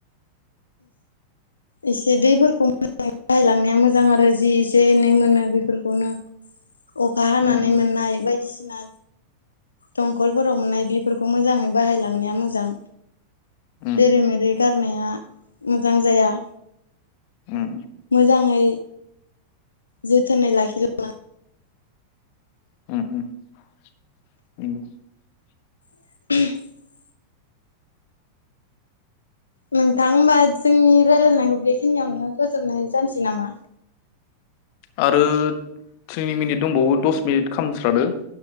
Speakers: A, on the left (about 75°); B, on the left (about 45°).
A: एसे दैफोरखौ मोजाङै <unintelligible> बाहायलांनाया मोजां आरो जि एसे एनै मोनो बे फोरखौनो अखा हानानै
B: उम उम
A: मोननाय बायदिसिना दंखलफोराव मोननाय बेफोरखौ मोजाङै बाहायलां नाया मोजां
B: उम
A: जेरै मेरै गार नाया मोजां जाया
B: उम
A: मोजाङै जोथोनै लाखिलांनो
B: <unintelligible>
A: <unintelligible> नोंथांबा जोंनि रायजलायनायखौ खिनियावनो फोजोबनाय जानसि नामा
B: आरो थिनि मिनिट दंबावो दस मिनिट खालामामस्रादो